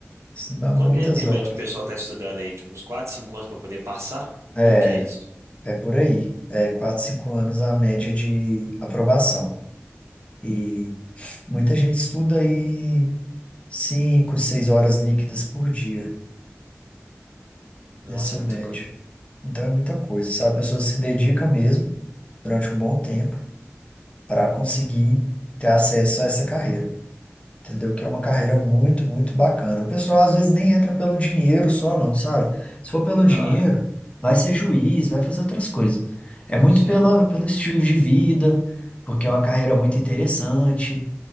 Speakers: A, on the left; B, on the right.
A: estudar
B: Quanto
A: muitas
B: tempo em
A: horas.
B: média o pessoal tá estudando aí? Tipo, uns 4, 5 anos pra poder passar?
A: É,
B: Como que é isso?
A: é por aí. É quatro, cinco anos a média de aprovação. E muita gente estuda aí cinco, seis horas líquidas por dia.
B: Nossa,
A: Ensino
B: é muita
A: médio.
B: coisa.
A: Então é muita coisa, sabe? A pessoa se dedica mesmo durante um bom tempo para conseguir ter acesso a essa carreira, entendeu? Que é uma carreira muito, muito bacana. O pessoal às vezes nem entra pelo dinheiro só, não, sabe? Se for pelo dinheiro,
B: Ah,
A: vai ser juiz, vai fazer outras coisas. É muito
B: sim.
A: pela,
B: O
A: pelo estilo de vida, porque é uma carreira muito interessante,